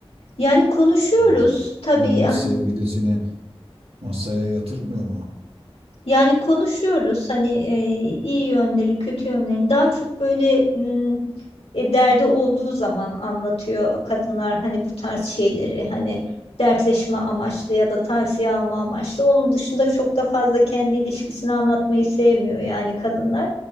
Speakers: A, on the left (about 80°); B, on the right (about 70°).
A: Yani konuşuyoruz
B: Yani
A: tabii
B: millet
A: ah,
B: sevgilisini masaya yatırmıyor mu?
A: Yani konuşuyoruz hani e, iyi yönleri, kötü yönlerini daha çok böyle m, e, derdi olduğu zaman anlatıyor kadınlar hani bu tarz şeyleri hani dertleşme amaçlı ya da tavsiye alma amaçlı. Onun dışında çok da fazla kendi ilişkisini anlatmayı sevmiyor yani kadınlar.